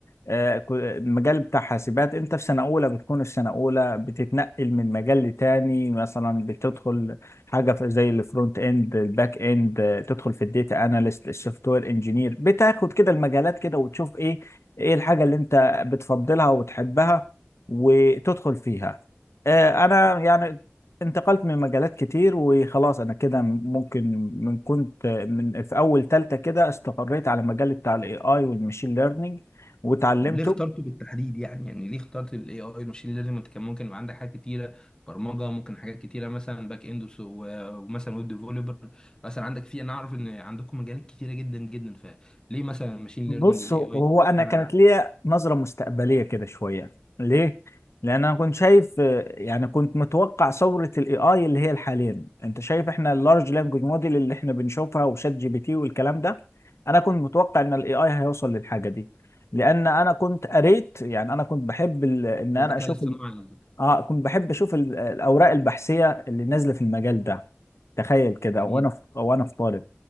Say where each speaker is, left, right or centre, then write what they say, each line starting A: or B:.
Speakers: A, on the left; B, on the left.
A: آه، كو- المجال بتاع حاسبات انت في سنة اولى بتكون في سنة اولى بتتنقل من مجال لتاني مثلا بتدخل حاجة في- زي الفرونت اند الباك اند آه، تدخل في الديتا اناليست السوفت وير انجينير بتاخد كده المجالات كده وتشوف ايه ايه الحاجة اللي انت بتفضلها وتحبها وتدخل فيها آه، انا يعني انتقلت من مجالات كتير وخلاص انا كده ممكن من كنت من في اول تالتة كده استقريت على مجال بتاع الاي اي والماشين ليرنينج وتعلمته
B: طب ليه اخترته بالتحديد يعني يعني ليه اخترت الاي اي الماشين ليرنينج انت كان ممكن يبقى عندك حاجات كتيره برمجه ممكن حاجات كتيره مثلا باك اند وس- و- ومثلا ويب ديفلوبر مثلا عندك في انا اعرف ان عندكم مجالات كتيره جدا جدا فليه مثلا الماشين
A: بص
B: ليرنينج والاي
A: هو
B: اي
A: انا
B: اشمعنى
A: كانت
B: ده؟
A: ليا نظره مستقبليه كده شويه ليه لان انا كنت شايف آه، يعني كنت متوقع ثوره الاي اي اللي هي الحاليا انت شايف احنا اللارج لانجوج موديل اللي احنا بنشوفها وشات جي بي تي والكلام ده انا كنت متوقع ان الاي اي هيوصل للحاجه دي لان انا كنت قريت يعني انا كنت بحب ال- ان انا
B: هو الذكاء
A: اشوف
B: الاصطناعي قصدك
A: اه كنت بحب اشوف ال- الاوراق البحثيه اللي نازله في المجال ده تخيل كده
B: جميل
A: وانا في وانا في طالب